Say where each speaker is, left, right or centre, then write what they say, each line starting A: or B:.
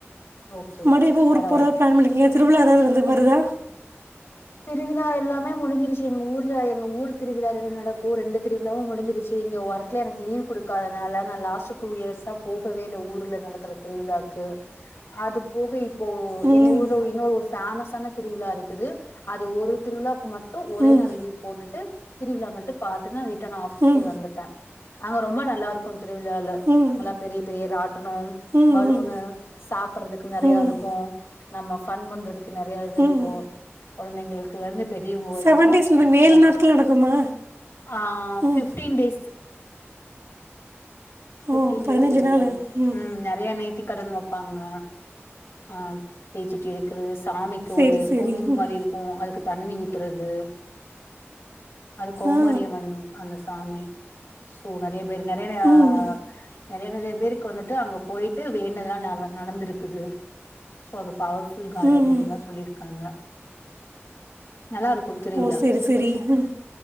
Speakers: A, on the left (about 65°); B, on the right (about 70°).
A: ஓகே
B: மறுபடியும்
A: ஓகே
B: எப்போ ஊருக்கு
A: பரவாயில்ல
B: போகிறதா பிளான் பண்ணியிருக்கீங்க திருவிழா ஏதாவது வந் வருதா
A: திருவிழா எல்லாமே முடிஞ்சிருச்சு எங்க ஊர்ல எங்க ஊர் திருவிழா என்ன நடக்கும் ரெண்டு திருவிழாவும் முடிஞ்சிருச்சு இங்க ஒர்க்ல எனக்கு லீவ் குடுக்காது அதனால நான் லாஸ்ட் டூ இயர்ஸா போகவே இல்ல ஊர்ல நடக்கிற திருவிழா இருக்கு அது போக இப் இப்போ
B: ம்
A: எங்க ஊர்ல இன்னொரு ஒரு ஃபேமஸான திருவிழா இருக்குது அது ஒரு திருவிழாக்கு மட் டும் ஒரே
B: ம்
A: நாள் லீவ் போட்டுட்டு திருவிழா மட்டும் பாத்துன்னா ரிட்டர்ன் ஆபிஸ்க்கே
B: ம்
A: வந்துட்டேன் அங்க ரொம்ப நல்லா இருக்கும் திருவிழால
B: ம்
A: நல்லா பெரிய பெரிய ராட்டனம்
B: ம்
A: பலூனு
B: ம்
A: சாப்படுறதுக்கு நெறையலாம்
B: ம்
A: இருக்கும் நம்ம ஃபன் பண்றதுக்கு நிறைய இது
B: ம்
A: இருக்கும் குழந்தைங்களுக்குல இருந்து பெரியவர்களுக்கு
B: செவன்
A: வரைக்கும்
B: டேஸ் நடக்கும் ஏழு
A: எல்லாம்
B: நாட்கள் நடக்குமா
A: ஹன்
B: ம்
A: ஃபிப்டின் டேஸ் பிப்டீன்
B: ஓ பதினஞ்சு
A: டேஸ் இருக்கும்
B: நாள் ம்
A: உம் நிறைய நேத்தி கடன்து வைப்பாங்க ஆஹ் தீச்சிட்டி எடுக்கிறது சாமிக்கு
B: சரி
A: ஒரு
B: சரி
A: கொம்பு
B: ம்
A: மாதிரி இருக்கும் அதுக்கு தண்ணி ஊத்துறது அது கௌமரியியம்மன்
B: ஆ
A: அந்த ச தாமி சோன டேபே நெறையனயா
B: ம்
A: நெறைய நெறைய பேருக்கு வந்துட்டு அங்க போயிட்டு வேணதெல்லா நட நடந்திருக்குது சோ அது பவர்ஃபுல் காஃடு
B: ம்
A: அப்பிடின்னுலா
B: ம்
A: சொல்லியிருக்காங்க நல்லா இருக்கு திருவிழா
B: ஓ சரி சரி ம்